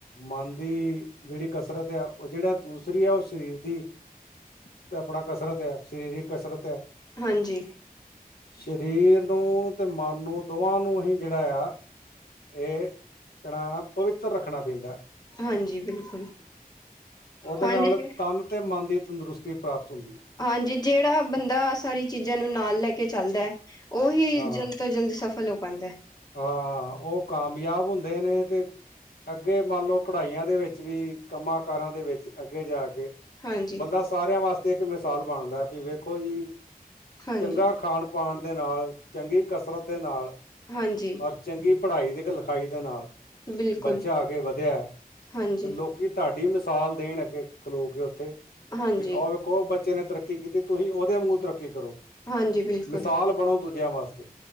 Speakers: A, on the left (about 80°); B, on the left (about 25°).
A: ਮਨ ਦੀ ਜਿਹੜੀ ਕਸਰਤ ਆ, ਉਹ ਜਿਹੜਾ ਦੂਸਰੀ ਆ, ਉਹ ਸਰੀਰ ਦੀ ਤੇ ਆਪਣਾ ਕਸਰਤ ਹੈ, ਸਰੀਰਕ ਕਸਰਤ ਹੈ।
B: ਹਾਂਜੀ।
A: ਸਰੀਰ ਨੂੰ, ਤੇ ਮਨ ਨੂੰ, ਦੋਵਾਂ ਨੂੰ ਹੀ ਜਿਹੜਾ ਆ ਇਹ ਕਹਣਾ, ਪਵਿੱਤਰ ਰੱਖਣਾ ਪੈਂਦਾ।
B: ਹਾਂਜੀ, ਬਿਲਕੁਲ
A: ਉਹਦੇ
B: ਹਾਂਜੀ
A: ਨਾਲ
B: ਜੇ
A: ਤਨ ਤੇ ਮਨ ਦੀ ਤੰਦਰੁਸਤੀ ਪ੍ਰਾਪਤ ਹੁੰਦੀ ਏ।
B: ਹਾਂਜੀ, ਜਿਹੜਾ ਬੰਦਾ ਸਾਰੀ ਚੀਜ਼ਾਂ ਨੂੰ ਨਾਲ ਲੈ ਕੇ ਚੱਲਦਾ ਉਹੀ
A: ਹਾਂ
B: ਜਲਦ ਤੋਂ ਜਲਦ, ਸਫਲ ਹੋ ਪਾਉਦਾ ਹੈ।
A: ਹਾਂ, ਉਹ ਕਾਮਯਾਬ ਹੁੰਦੇ ਨੇ ਤੇ ਅੱਗੇ ਮੰਨ ਲਓ, ਪੜ੍ਹਾਈਆਂ ਦੇ ਵਿੱਚ ਵੀ, ਕੰਮਾਂ ਕਾਰਾਂ ਦੇ ਵਿੱਚ ਅੱਗੇ ਜਾ ਕੇ
B: ਹਾਂਜੀ
A: ਬੰਦਾ ਸਾਰਿਆਂ ਵਾਸਤੇ, ਇੱਕ ਮਿਸਾਲ ਬਣਦਾ ਵੀ, ਵੇਖੋ ਜੀ
B: ਹਾਂਜੀ
A: ਚੰਗਾ ਖਾਣ ਪਾਉਣ ਦੇ ਨਾਲ, ਚੰਗੀ ਕਸਰਤ ਦੇ ਨਾਲ
B: ਹਾਂਜੀ
A: ਔਰ, ਚੰਗੀ ਪੜ੍ਹਾਈ ਦੀ ਲਿਖਾਈ ਦੇ ਨਾਲ
B: ਬਿਲਕੁਲ
A: ਬੱਚਾ ਆਗੇ ਵਧਿਆ
B: ਹਾਂਜੀ
A: ਤੇ ਲੋਕੀ ਤੁਹਾਡੀ ਮਿਸਾਲ ਦੇਣ ਅੱਗੇ ਖਲੋ ਕੇ ਉੱਥੇ
B: ਹਾਂਜੀ
A: ਵੀ ਉਹ ਉਹ ਬੱਚੇ ਨੇ ਤਰੱਕੀ ਕੀਤੀ ਤੁਸੀਂ ਉਹਦੇ ਵਾਂਗੂ ਤਰੱਕੀ ਕਰੋ
B: ਹਾਂਜੀ ਬਿਲਕੁਲ
A: ਮਿਸਾਲ ਬਣੋ ਦੂਜਿਆਂ ਵਾਸਤੇ